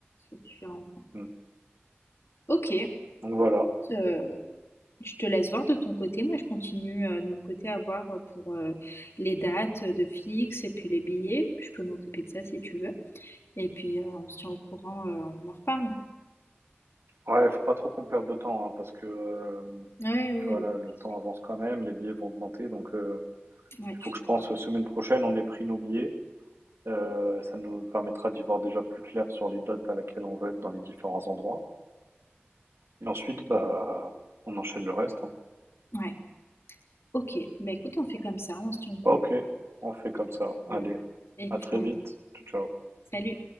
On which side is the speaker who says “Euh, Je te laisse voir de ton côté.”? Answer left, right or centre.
Left